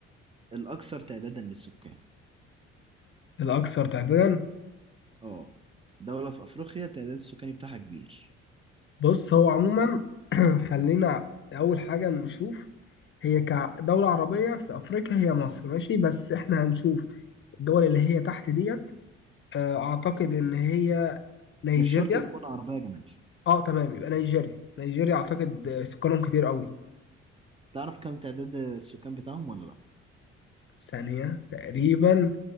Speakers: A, on the right; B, on the left.
A: الاكثر تعدادا للسكان
B: الاكثر تعدادا
A: اه دوله في افريقيا تعداد السكاني بتاعها كبير
B: بص هو عموما <clears throat> خلينا اول حاجه نشوف هي كدوله عربيه في افريقيا هي مصر ماشي بس احنا هنشوف الدول اللي هي تحت ديت آه، اعتقد ان هي نيجيريا
A: مش شرط تكون عربيه يا جمال
B: اه تمام يبقى نيجيريا نيجيريا اعتقد آه، سكانهم كتير قوي
A: تعرف كم تعداد السكان بتاعهم ولا لا
B: ثانية تقريبا